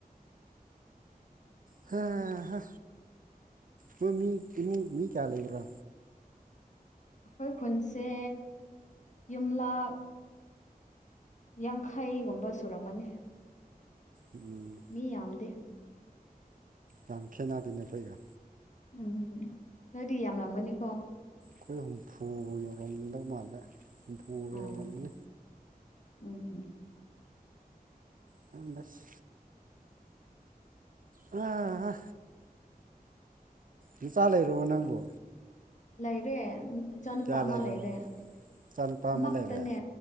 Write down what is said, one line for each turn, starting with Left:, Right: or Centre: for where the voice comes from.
Right: ꯈꯥ ꯍꯥ ꯅꯣꯏ ꯃꯤ ꯏꯃꯨꯡ ꯃꯤ ꯀꯌꯥ ꯂꯩꯕ꯭ꯔꯥ
Left: ꯈꯣꯏ ꯈꯨꯟꯁꯦ ꯌꯨꯝꯂꯥꯛ ꯌꯥꯡꯈꯩꯒꯨꯝꯕ ꯁꯨꯔꯝꯒꯥꯅꯤ
Right: ꯎꯝ
Left: ꯃꯤ ꯌꯥꯝꯗꯦ
Right: ꯌꯥꯝ ꯈꯦꯅꯥꯗꯦꯅꯦ ꯑꯈꯣꯏꯒꯥ
Left: ꯎꯝ ꯅꯣꯏꯗꯤ ꯌꯥꯝꯂꯝꯒꯥꯅꯤꯀꯣ
Right: ꯈꯣꯏ ꯍꯨꯝꯐꯨ ꯌꯧꯔꯝꯗꯧ ꯃꯥꯜꯂꯦ ꯍꯨꯝꯐꯨ
Left: ꯑꯣ
Right: ꯌꯧꯔꯝꯅꯤ
Left: ꯎꯝ
Right: ꯈꯪꯗꯁ ꯑꯥ ꯍꯥ ꯅꯆꯥ ꯂꯩꯔꯕꯣ ꯅꯪꯕꯨ
Left: ꯂꯩꯔꯦ ꯏꯆꯥꯅꯨꯄꯥ
Right: ꯀꯌꯥ
Left: ꯑꯃ
Right: ꯂꯩꯔꯕꯣ
Left: ꯂꯩꯔꯦ
Right: ꯏꯆꯥꯅꯨꯄꯥ ꯑꯃ
Left: ꯑꯃꯈꯛꯇꯥꯅꯦ
Right: ꯂꯩꯔꯦ